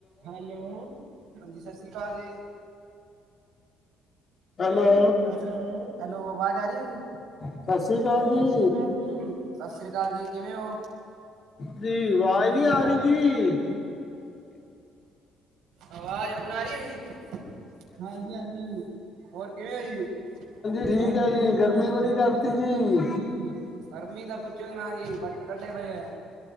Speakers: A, on the right; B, on the left.
A: Hello, ਹਾਂਜੀ ਸਤਿ ਸ੍ਰੀ ਅਕਾਲ ਜੀ।
B: ਹੈਲੋ।
A: ਹੈਲੋ ਹੈਲੋ ਵਾਜ਼ ਆ ਰਹੀ ਏ ਜੀ
B: ਸਤਿ ਸ੍ਰੀ ਅਕਾਲ ਜੀ
A: ਸਸਰੀ ਕਾਲ ਸਸਰੀ ਕਾਲ ਜੀ ਕਿਵੇਂ ਹੋ?
B: ਜੀ ਵਾਜ਼
A: ਜੀ
B: ਨੀ ਆ
A: ਆਵਾਜ਼
B: ਰਹੀ ਜੀ
A: ਨਹੀਂ ਆ ਰਹੀ ਆਵਾਜ਼ ਹੁਣ ਆ ਰਹੀ ਏ ਜੀ ਹਾਂਜੀ ਹਾਂਜੀ। ਹੋਰ ਕਿਵੇਂ ਓ ਜੀ
B: ਠੀਕ
A: ਹਾਂਜੀ
B: ਹੈ ਜੀ
A: ਠੀਕ
B: ਗਰਮੀ
A: ਆ ਜੀ
B: ਬੜੀ
A: ਗਰਮੀ
B: ਕਰਤੀ
A: ਬੜੀ
B: ਜੀ
A: ਕਰਤੀ ਜੀ। ਗਰਮੀ ਦਾ ਪੁੱਛੋ ਨਾ ਜ ਵੱਟ ਕੱਢੇ ਪਏ ਆ,